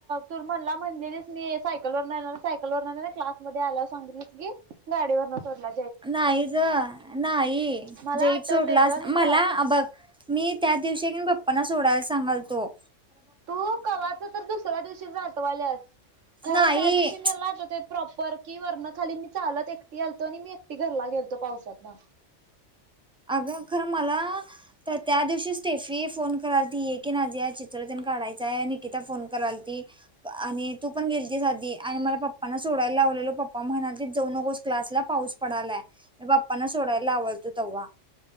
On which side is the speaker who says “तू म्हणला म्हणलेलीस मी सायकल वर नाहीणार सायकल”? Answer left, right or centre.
Right